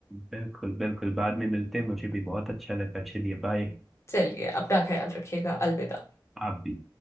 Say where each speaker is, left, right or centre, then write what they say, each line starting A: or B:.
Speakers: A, in the centre; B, on the left (about 35°).
A: बिल्कुल बिल्कुल बाद में मिलते हैं मुझे भी बहुत अच्छा लगा चलिए बाय
B: चलिए अपना ख्याल रखिएगा अलविदा
A: आप भी